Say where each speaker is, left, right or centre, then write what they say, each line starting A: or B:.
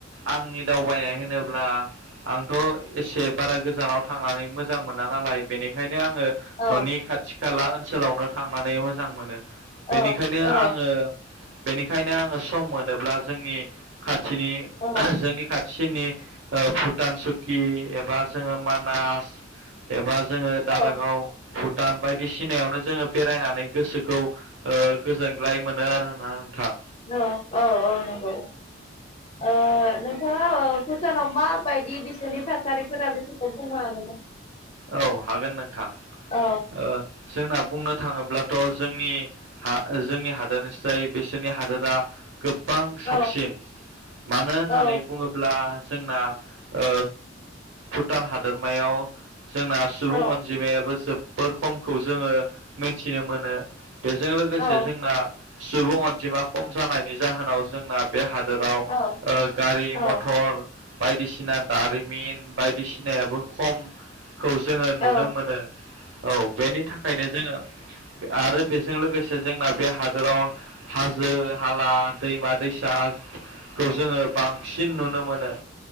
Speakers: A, on the right; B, on the left.
A: आंनि दावबायनाय होनोब्ला आंथ' एसे बारा गोजानाव थांनानै मोजां मोना नालाय बेनिखायनो आङो
B: औ
A: न'नि खाथि खोला ओनसोलावनो थांनानै मोजां मोनो
B: औ
A: बेनिखायनो
B: औ
A: आं बेनिखायनो आङो सम मोनोब्ला जोंनि खाथि
B: औ
A: <unintelligible> जोंनि खाथि सिनि भुटान सुकि एबा जोङो मानास एबा जोङो दारागाव
B: औ
A: भुटान बायदिसिनायावनो जोङो बेरायनानै गोसोखौ ओ गोजोन <unintelligible> मोनो आरो ना नोंथां।
B: औ औ औ नंगौ ओ नोंथांङा भुटानाव माबायदि बिसोरनि थाखाय <unintelligible>
A: औ हागोन नोंथां
B: औ
A: ओ जोंना बुंनो थाङोब्लाथ' जोंनि जोंनि हादोरनिसाय बिसोरनि हादोरा गोबां
B: औ
A: साबसिन मानो होननानै
B: औ
A: बुङोब्ला जोंना ओ भुटान हादोरमायाव जोंना सुबुं
B: औ
A: अनजिमायाबो जोब बोर खमखौ जोङो मिथिनो मोनो। बेजों लोगोसे
B: औ
A: जोंना सुबुं अनजिमा खम जानायनि जाहोनाव जोंना बे हादोर। हादोराव
B: औ
A: ओ गारि
B: औ
A: मथर बायदिसिना दारिमिन बायदिसिनायाबो खम। खौ जोङो
B: औ
A: नुनो मोनो औ बेनि थाखायनो जोङो। आरो बेजों लोगोसे जोंना बे हादराव हाजो हाला दैमा दैसाखौ जोङो बांसिन नुनो मोनो।